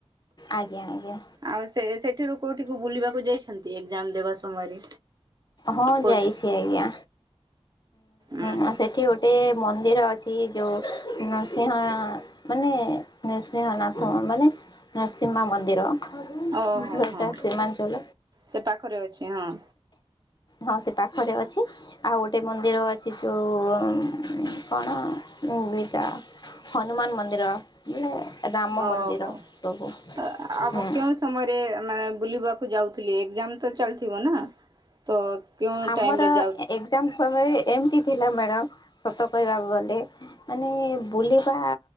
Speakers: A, on the left; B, on the right.
A: ଆଜ୍ଞା ଆଜ୍ଞା
B: ଆଉ ସେ ସେଠିରୁ କୋଉଠିକୁ ବୁଲିବାକୁ ଯାଇଛନ୍ତି? ଏକ୍ଜାମ ଦେବା ସମୟରେ
A: ହଁ
B: କୋଉଠି?
A: ଯାଇଛି ଆଜ୍ଞା
B: ଉଁ
A: ହୁଁ ସେଠି ଗୋଟେ ମ ମନ୍ଦିର ଅଛି ଯେଉଁ ନୃସିଂହ ମାନେ ନୃସିଂହନାଥ ମାନେ ନରସିଂହହା ମନ୍ଦିର
B: ଓହୋ
A: ଯୋଉଟା
B: ହଁ
A: ସୀମାଞ୍ଚଳ
B: ସେ ପାଖରେ ଅଛି ହଁ।
A: ହଁ ସେ ପାଖରେ ଅଛି ଆଉ ଗୋଟେ ମନ୍ଦିର ଅଛି ଯୋଉ କଣଟା ହନୁମାନ ମନ୍ଦିର। ବୋଲେ ରାମ
B: ଓହୋ
A: ମନ୍ଦିର ସବୁ
B: ଆମ
A: ହୁଁ
B: କେଉଁ ସମୟରେ ମାନେ ବୁଲିବାକୁ ଯାଉଥିଲି ଏକଜାମ ତ ଚାଲିଥିବ ନା ତ କେଉଁ
A: ଆମର
B: ଟାଇମ ରେ ଯାଉଥି
A: ଏକ୍ଜାମ ସମୟ ଏମିତି ଥିଲା ମ୍ୟାଡ଼ମ୍। ସତ କହିବାକୁ ଗଲେ ମାନେ ବୁଲିବା